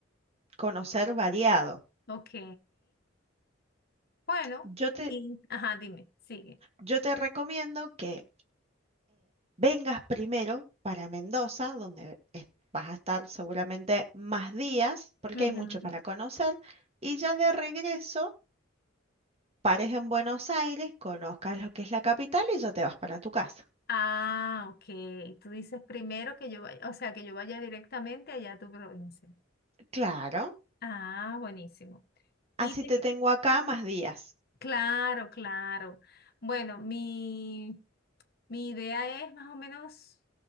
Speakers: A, on the right; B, on the left.
A: conocer variado.
B: Ok. Bueno,
A: Yo te,
B: y, ajá, dime, sigue.
A: yo te recomiendo que vengas primero para Mendoza, donde es- vas a estar seguramente más días, porque
B: Ujú.
A: hay mucho para conocer, y ya de regreso pares en Buenos Aires, conozcas lo que es la capital y ya te vas para tu casa.
B: Ah, ok. Tú dices primero que yo vaya, o sea, que yo vaya directamente allá a tu provincia.
A: Claro.
B: Ah, buenísimo. Y
A: Así
B: te,
A: te
B: que-
A: tengo acá más días.
B: claro, claro. Bueno, mi, Mi idea es más o menos